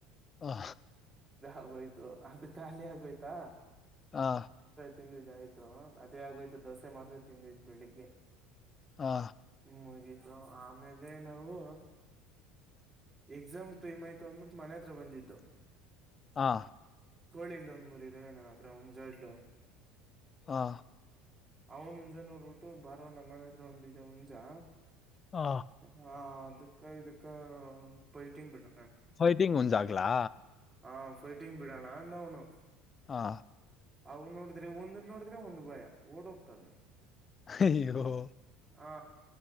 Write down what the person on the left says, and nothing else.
ಹಾ
ಹಾ
ಹಾ
ಹಾ
ಹಾ
ಹಾ
ಫೈಟಿಂಗ್ ಉಂಜಾಗಲಾ
ಹಾ
ಹೋ